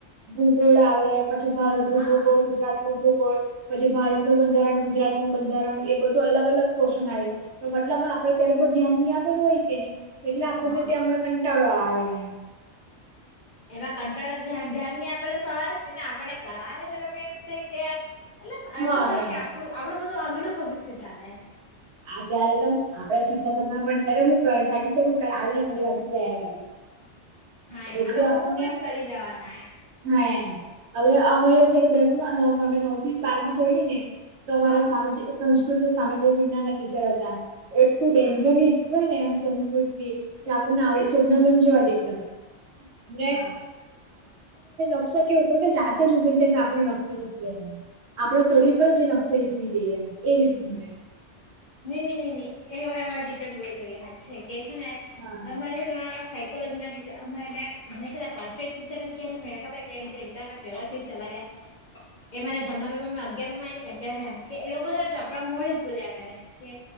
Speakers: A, on the right; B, on the left.
A: ભૂગોળ આવે પછી ભારત
B: હા
A: નું ભૂગોળ ગુજરાત નું ભૂગોળ પછી ભારતનુ બંધારણ ગુજરાતનુ બંધારણ એ બધું અલગ અલગ પોર્શન આવી જાય એટલામાં આપે ત્યારે બહુ ધ્યાન નહી, આપેલું હોય, કે નહી એટલે આપણને
B: હા
A: હમને કંટાળો આવે હવે
B: એમાં કંટાળા ધ્યાનની આપેલો સવારે ન ને, આપણે કરાવે એ લોકો કે એવી રીતે. કે મતલબ એટલું
A: હા
B: ખરુ,
A: એમ
B: કે આપણું આપણું બધું આંધળું ભવિષ્ય ચાલે
A: આ ત્યારે, તો આપડે છઠા સાતમા પણ કરે હુ કર સા છે. હુ, કર આવીને ખાલી વાત તૈયાર કરી
B: હા એમ
A: એટલું
B: આ લોકો
A: આપણનેમ
B: હું જ કરી લેવાના એમ
A: હા, એમ હવે અમારે જયારે દસમા નવ અમે નવ થી. બારમાં ભરીયુ ને તો અમારા
B: હા
A: સામાજિક સ સામાજિક વિજ્ઞાન ના ટીચર હતા, એમ એટલું ડેન્જર
B: હા
A: શીખવે સંસ્કૃત બી કે આપણને આવડે શોભનાબેન જેવા દેખાય ને
B: હા
A: નકશો કેવું ખબર કે જાતે, જ ઉભરી જઈને આપને નકશા જી આપણા શરીર પણ જેશ શીખવી દઈએ એ રીતનું એમ
B: ન ન ન ન એ એ ટીચર બો જોઈએ સાચે છે. કે છેને,
A: હા
B: અરે કોલેજ ના ટીચર અમેને મને છે, પરફેક્ટ ટીચર ને ક્યારે એને ખબર કેમ એકદમ એમ વ્યવસ્થિત ચલતે હરે એ મને જમના, બે મા અગિયાર મા આયવી ને ત્યારેમ કે એ લોકો ચોપડા મોઢે જ બોલ્યા કરે કે